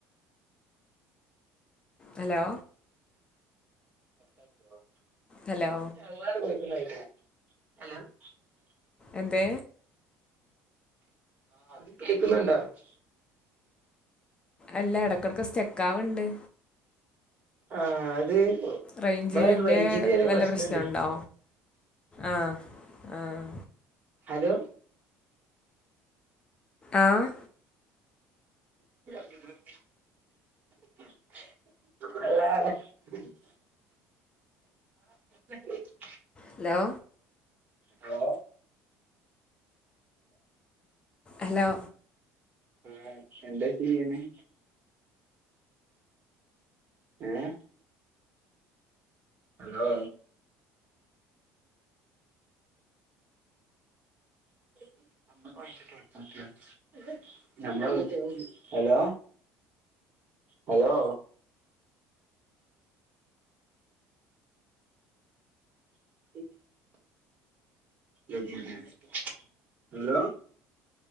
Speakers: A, on the left; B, on the right.
A: ഹലോ!
B: <unintelligible>
A: ഹലോ എന്തേ?
B: <unintelligible>
A: അല്ല ഇടക്കിടക്ക് സ്റ്റെക്കാവുന്നുണ്ട്!
B: ആഹ്! അത്!
A: റേഞ്ചിന്റെ
B: ഇവിടെ റേഞ്ചിന് ചെറിയ
A: വല്ല
B: പ്രശ്നണ്ട്
A: പ്രശ്നുണ്ടോ? ആഹ്! ആഹ്!
B: ഹലോ!
A: ആഹ്!
B: <unintelligible> <unintelligible> <unintelligible>
A: Hello
B: hello!
A: ഹലോ!
B: ആഹ്! എന്താ ചെയ്യണെ? ഏ? ഹലോ! <unintelligible> ഞമ്മള് ഹലോ! ഹലോ <unintelligible> <unintelligible> ഹലോ